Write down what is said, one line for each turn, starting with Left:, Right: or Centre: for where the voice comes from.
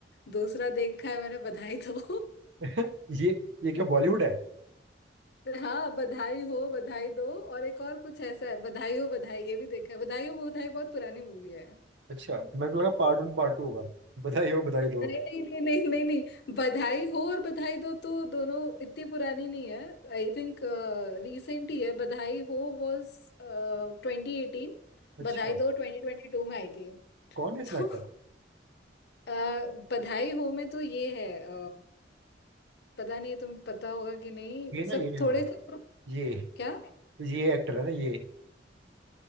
Left: दूसरा देखा है मैंने बधाई दो
Right: <laughs> ये ये क्या बॉलीवुड है
Left: <laughs> हाँ बधाई हो बधाई दो और एक और कुछ ऐसा है बधाई हो बधाई ये भी देखा है बधाई हो बधाई बहुत पुरानी मूवी है
Right: अच्छा मेरे को लगा पार्ट वन पार्ट टू होगा बधाई हो बधाई दो
Left: नहीं नहीं नहीं नहीं नहीं बधाई हो और बधाई दो तो दोनों इतनी पुरानी नहीं है आई थिंक रिसेंट ही है Badhaai Ho was twenty eighteen
Right: अच्छा
Left: Badhaai Do twenty twenty two में आई थी
Right: कौन
Left: <laughs>
Right: है इसमें
Left: तो
Right: एक्टर
Left: अ, बधाई हो में तो ये है अ, पता नहीं तुम्हें पता होगा कि नहीं
Right: ये ना
Left: सब
Right: ये हाँ
Left: थोड़े से
Right: ये
Left: क्या
Right: ये एक्टर है ना ये